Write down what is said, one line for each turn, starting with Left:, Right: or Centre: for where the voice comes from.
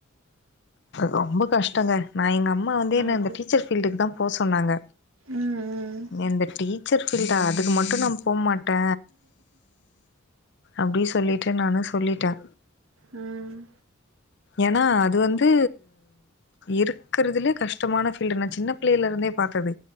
Left: ரொம்ப கஷ்டங்க நா எங்க அம்மா வந்து என்ன
Right: அது
Left: இந்த டீச்சர் ஃபீல்டுக்கு தா போ சொன்னாங்க
Right: ம் ம்
Left: எந்த டீச்சர் ஃபீல்டா அதுக்கு மட்டு நா போ மாட்ட அப்டி சொல்லிட்டு நானோ சொல்லிட்ட
Right: ம்
Left: ஏனா அது வந்து இருக்கறதுலே கஷ்டமான ஃபீல்டு நா சின்ன பிள்ளைல இருந்தே பாத்தது